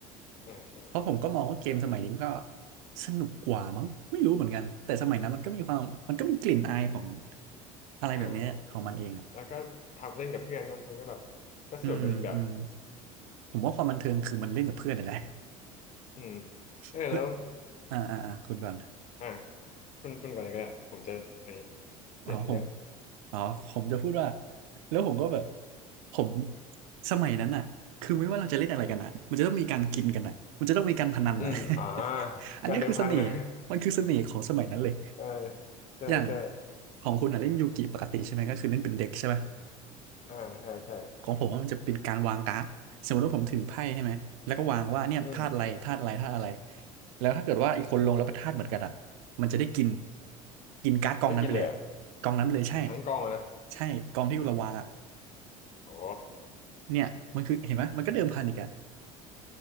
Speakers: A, on the left; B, on the right.
A: อ่าใช่
B: เพราะผมก็มองว่าเกมสมัยนี้มันก็สนุกกว่ามั้งไม่รู้เหมือนกันแต่สมัยนั้นมันก็มีความมันก็มีกลิ่นอายของอะไรแบบเนี้ยของมันเองอ่ะ
A: อ่าอ่าแล้วก็ทำเล่นกับเพื่อนเนอะมันก็แบบก็สนุกในอีกแบบ
B: อืมอืมผมว่าความบันเทิงคือมันเล่นกับเพื่อนนี่นแหละ
A: อืม
B: <laughs>
A: เออแล้ว
B: แล้วอ่าอ่าอ่าคุณก่อน
A: อ่ะคุณคุณก่อนเลยก็ได้ผมจะอันนี้เปลี่ยนเรื่อง
B: อ๋อผม อ๋อผมจะพูดว่าแล้วผมก็แบบผมสมัยนั้นอ่ะคือไม่ว่าเราจะเล่นอะไรกันอ่ะมันจะต้องมีการกินกันอ่ะมันจะต้องมีการพนันน่ะ
A: อืมอ่า
B: <laughs> อันนี้คือเสน่ห์มันคือเสน่ห์ของสมัยนั้นเลย
A: การเดิมพันนะ <laughs> เออใช่ใช่
B: อย่างของคุณอ่ะเล่นยูกิปกติใช่ไหมก็คือเล่นเป็นเด็กใช่ไหม
A: อ่าใช่ใช่
B: ของผมว่ามันจะเป็นการวางการ์ดสมมติว่าผมถือไพ่ใช่ไหมแล้วก็วางว่าเนี่ยธาตุอะไรธาตุอะไรธาตุอะไร
A: อืม
B: แล้วถ้าเกิดว่าอีกคนลงแล้วเป็นธาตุเหมือนกันอ่ะมันจะได้กินกินการ์ดกองนั้นไปเลยอะ
A: ได้กินเลยเหรอ่ะ
B: กองนั้นไปเลยใช่
A: ทั้งกองอะนะ
B: ใช่กองที่เราวางอ่ะ
A: โอ้
B: เนี่ยมันคือเห็นไหมมันก็เดิมพันอีกอ่ะ